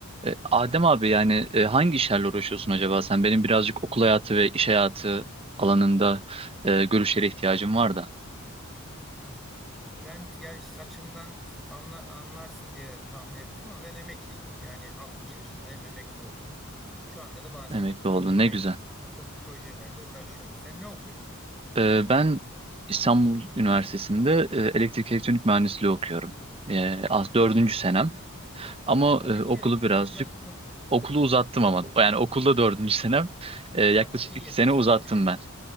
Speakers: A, on the right; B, in the centre.
A: E, Adem abi yani e, hangi işlerle uğraşıyorsun acaba sen? Benim birazcık okul hayatı ve iş hayatı alanında e, görüşlere ihtiyacım var da.
B: Hmm. Ben ya saçımdan anla- anlarsın diye tahmin ettim ama ben emekliyim. Yani 60 yaşındayım, emekli oldum. Şu anda da bazen
A: Emekli oldun
B: online
A: ne güzel.
B: bir takım projelerle uğraşıyorum. Sen ne okuyorsun?
A: E, ben İstanbul Üniversitesi'nde e, elektrik elektronik mühendisliği okuyorum. E, az
B: Çok
A: dördüncü
B: güzel.
A: senem ama
B: Ama
A: e,
B: bitiyor.
A: okulu birazcık
B: Güzel güzel.
A: okulu uzattım
B: Güzel.
A: ama yani okulda dördüncü senem e, yaklaşık
B: Aman iyi
A: iki
B: etmişsin.
A: sene uzattım
B: Boş ver.
A: ben.